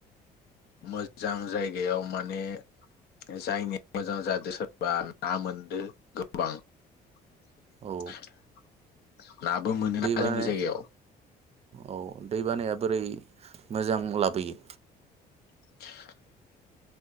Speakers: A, on the left (about 70°); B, on the right (about 40°).
A: मोजां जायगायाव माने जायनि मोजां जादो सोरबा ना मोनदो गोबां <unintelligible>
B: औ
A: <unintelligible> नाबो मोनो ना
B: दै बानाया
A: जोंनि जायगायाव
B: औ दै बानाया बोरै मोजां लाबोयो?
A: <unintelligible>